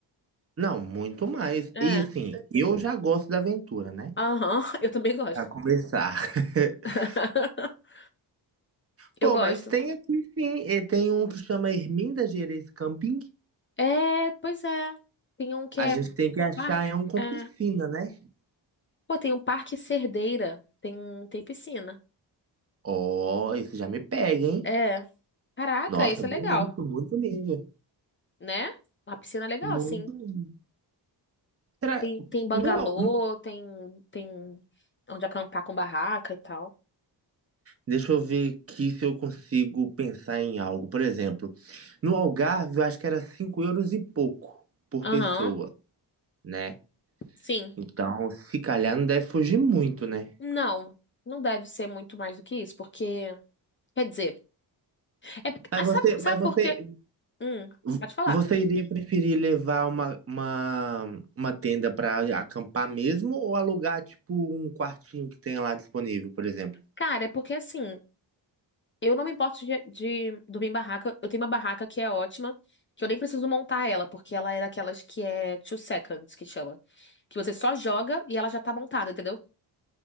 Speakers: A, on the right (about 30°); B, on the left (about 30°).
A: Não, muito mais.
B: É.
A: E assim, eu já gosto da aventura, né?
B: Aham, <laughs> eu também gosto.
A: Pra começar. <laughs>
B: <laughs>
A: Pô,
B: Eu gosto.
A: mas tem aqui sim, e tem um que chama Erminda Gerês Camping.
B: É, pois é. Tem um que
A: A
B: é
A: gente tem que achar
B: parque.
A: é um com
B: É.
A: piscina, né?
B: Pô, tem um parque Cerdeira. Tem, tem piscina.
A: Ó, isso já me pega, hein?
B: É. Caraca,
A: Nossa,
B: esse
A: bem
B: é legal,
A: bonito, muito lindo.
B: né? Uma piscina é legal,
A: Muito
B: assim.
A: lindo. Será...
B: Tem, tem bangalô,
A: No... Al-
B: tem, tem onde acampar com barraca e tal.
A: Deixa eu ver aqui se eu consigo pensar em algo. Por exemplo, no Algarve eu acho que era 5 euros e pouco por
B: Aham,
A: pessoa, né?
B: sim.
A: Então, se calhar não deve fugir muito, né?
B: Não, não deve ser muito mais do que isso, porque. Quer dizer, é, porque-
A: Mas
B: ah, sabe,
A: você, mas
B: sabe
A: você,
B: por quê? Hum,
A: Vo-
B: pode falar.
A: Você iria preferir levar uma, uma, uma tenda para acampar mesmo ou alugar, tipo, um quartinho que tenha lá disponível, por exemplo?
B: Cara, é porque assim. Eu não me importo de, de dormir em barraca. Eu tenho uma barraca que é ótima, que eu nem preciso montar ela, porque ela é daquelas que é two seconds, que chama. Que você só joga e ela já tá montada, entendeu?